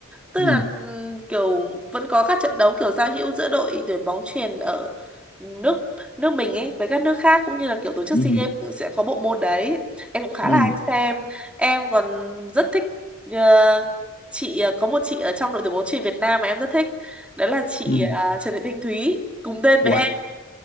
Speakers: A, in the centre; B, on the left.
A: tức
B: ừ
A: là ừm, kiểu vẫn có các trận đấu kiểu giao hữu giữa đội tuyển bóng chuyền ở nước nước mình ấy với các nước khác cũng như là kiểu tổ chức
B: ừ
A: si Games cũng sẽ có bộ môn đấy em cũng khá
B: ừ
A: là hay xem em còn rất thích ờ, chị ờ, có một chị ở trong đội tuyển bóng chuyền Việt Nam mà em rất thích đó là chị
B: ừ
A: ờ, Trần Thị Thanh Thúy cùng tên với
B: Uầy,
A: em